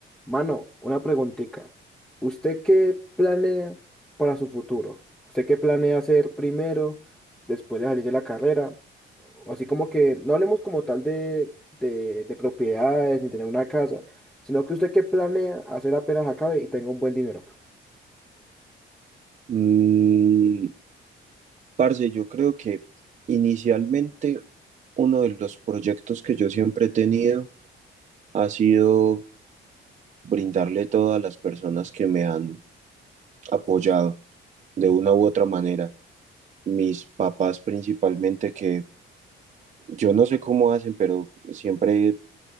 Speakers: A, in the centre; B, on the right.
A: Mano, una preguntita. ¿Usted qué planea para su futuro? ¿Usted qué planea hacer primero, después de salir de la carrera? O Así como que no hablemos como tal de, de, de propiedades ni tener una casa, sino que usted qué planea hacer apenas acabe y tenga un buen dinero.
B: Mm, parce, yo creo que inicialmente uno de los proyectos que yo siempre he tenido ha sido brindarle todo a las personas que me han apoyado de una u otra manera. Mis papás principalmente que yo no sé cómo hacen, pero siempre,